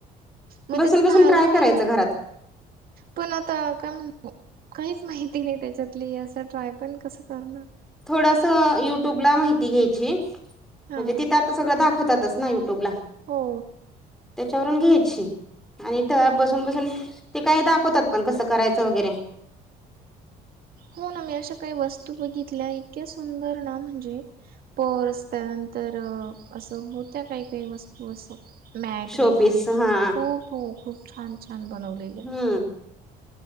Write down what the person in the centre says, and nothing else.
बसून
बसून
ट्राय
करायचं घरात
थोडस युट्यूब ला माहिती घ्यायची म्हणजे
तिथं आता सगळं दाखवतातच ना युट्यूब ला.
च्यावरून घ्यायची आणि <unintelligible> बसून बसून ते काय दाखवतात पण कसं करायचं वगैरे.
शोपीस
हा
हम्म